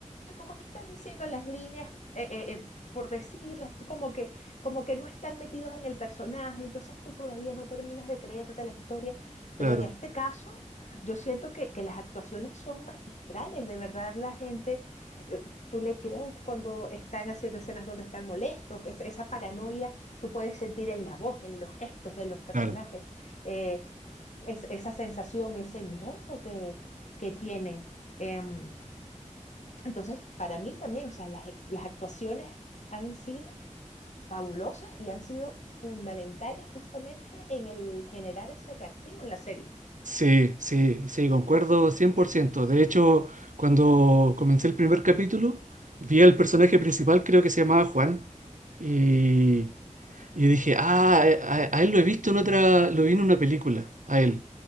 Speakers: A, on the left; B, on the right.
A: como que están diciendo las líneas, eh, eh, eh, por decirlas, tú como que, como que no están metidos en el personaje, entonces tú todavía no terminas de creerte la historia, pero
B: Claro,
A: en este caso yo siento que, que las actuaciones son magistrales, de verdad la gente, eh, tú le crees cuando están haciendo escenas donde están molestos, esa, esa paranoia tú puedes sentir en la voz, en los gestos de los personajes,
B: claro.
A: eh, es- esa sensación, ese miedo que, que tienen. Em, entonces, para mí también, o sea, las, ac- las actuaciones han sido fabulosas y han sido fundamentales justamente en el generar ese atractivo en la serie.
B: Sí, sí, sí, concuerdo 100%. De hecho, cuando comencé el primer capítulo, vi al personaje principal, creo que se llamaba Juan, y, y dije, ah, a, a- a él lo he visto en otra, lo vi en una película, a él,